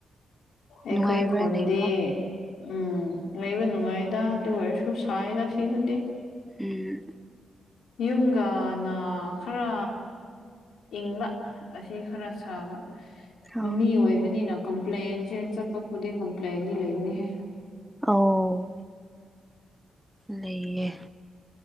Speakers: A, on the left (about 75°); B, in the centre.
A: ꯑꯩꯈꯣꯏ
B: ꯅꯨꯡꯉꯥꯏꯕ꯭ꯔꯥ
A: ꯈꯨꯟꯗꯤ
B: ꯂꯩꯕ
A: ꯎꯝ ꯂꯩꯕ ꯅꯨꯡꯉꯥꯏꯗ ꯑꯗꯨ ꯑꯣꯏꯔꯁꯨ ꯁꯥꯌꯦꯗ ꯁꯤꯗꯗꯤ
B: ꯎꯝ
A: ꯌꯨꯝꯒꯅ ꯈꯔ ꯏꯪꯕ ꯑꯁꯤ ꯈꯔ ꯁꯥꯕ ꯅꯨꯃꯤ
B: ꯑ
A: ꯑꯣꯏꯕ ꯑꯣꯏꯕꯅꯤꯅ ꯀꯝꯄ꯭ꯂꯦꯟꯁꯦ ꯆꯠꯄ ꯈꯨꯗꯤꯡ ꯀꯝꯄ꯭ꯂꯦꯟꯗꯤ ꯂꯩꯕꯅꯤꯍꯦ
B: ꯑꯣ ꯂꯩꯌꯦ